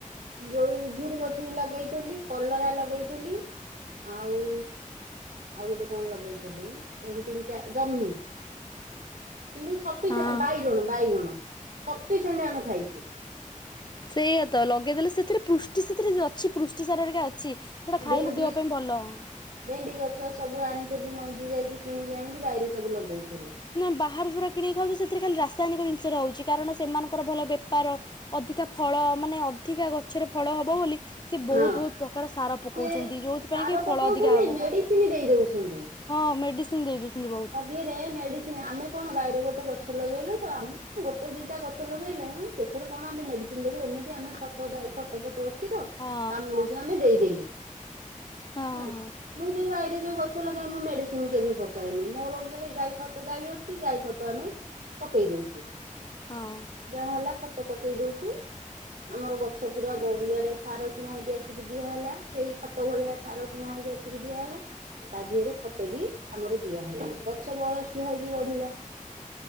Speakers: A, on the right (about 80°); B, on the left (about 30°).
A: ଯୋଉ ଝୁଡିଙ୍ଗ ଛୁଇଁ ଲଗେଇଥିଲି କଲରା ଲଗେଇଥିଲି ଆଉ ଆଉ ଗୋଟେ କଣ ଲଗେଇଥିଲି ତିନ ତିନି ଜହ୍ନି। କିନ୍ତୁି ସପିସେଣ୍ଟ
B: ହଁ
A: ବାଇଗଣ ବାଇଗଣ ସଫିସିଏଣ୍ଟ ଆମେ ଖାଇଛୁ।
B: ସେଇଆ ତ ଲଗେଇଦେଲେ ସେଥିରେ ପୃଷ୍ଟି ସେଥିରେ ଅଛି ପୃଷ୍ଟି ସାର ଆରିକା ଅଛି। ସେଇଟା ଖାଇଲେ
A: ଭେଣ୍ଡି
B: ଦେହ ପାଇଁ ଭଲ ହ
A: ଭେଣ୍ଡି ଗଛ ସବୁ ଆଣିଥିଲି ମଞ୍ଜି ଯାଇକି କିଣିକି ଆଣିକି ବାଇରେ ସବୁ ଲଗେଇଥିଲି।
B: ନା ବାହାରେ ଯୋଉରା କିଣିକି ଖାଉଛ। ସେଥିରେ ଖାଲି ରାସାୟନ ଜିନିଷ ରହୁଛି। କାରଣ ସେମାନଙ୍କର ଭଲ ବେପାର ଅଧିକା ଫଳ ମାନେ ଅଧିକା ଗଛରେ ଫଳ ହବ ବୋଲି ସେ ବହୁତ
A: ହଁ
B: ବହୁତ ପ୍ରକାର ସାର ପକଉଛନ୍ତି
A: ସେ
B: ଯୋଉଥିପାଇଁ
A: ସାର
B: କି
A: ପକଉଛନ୍ତି
B: ଫଳ ଅଧିକା ହବ।
A: ମେଡିସିନ ଦେଇ ଦଉ ସୁନ୍ତି।
B: ହଁ ମେଡ଼ିସିନ ଦେଇଦଉଛନ୍ତି ବହୁତ।
A: ମଝିରେ ମେଡିସିନ ଆମେ କଣ ବାଇରେ ଗୋଟେ ଗଛ ଲଗେଇଲୁ ତ ଆମେ କ ଗୋଟେ ଦିଟା ଗଛ ଲଗେଇଲେ ସେଥିରେ କଣ ଆମେ ମେଡିସିନ ଦେବୁ। ଏମିତି ଆମେ ଖ ଗାଇ ଖତ ପତ ଅଛି।
B: ହଁ
A: <inaudible> ତା ମୂଳରେ ଆମେ ଦେଇଦେଲୁ
B: ହଁ
A: ହେଲା।
B: ହଁ
A: ମୁଁ ଯୋଉ ବାରିରେ ଯୋଉ ଗଛ ଲଗାଏ। ମୁଁ ମେଡିସିନ କେବେ ପକାଏନି। ମୋର ଏଇ ଗାଈ ଖତ ଗାଈ ଅଛି। ଗାଈ ଖତ ଆମେ ପକେଇ ଦଉଛୁ।
B: ହଁ।
A: ଯାହା ହେଲା ଖତ ପକେଇ ଦୋଉଛୁ। ଆମର ଗଛ ପୁରା ବହିଆଡେ ସାର କିଣା ହେଇକି ଆସିକି ଦିଆହେଲା। ସେଇ ଖତ ଭଳିଆ ସାର କିଣା ହେଇକି ଆ ଦିଆହେଲା। ତା ଦେହରେ ଖତ ବି ଆମର ଦିଆହେଲା। ଗଛ ବଳ ଠିଆ ହେଇକି ବଢିଲା।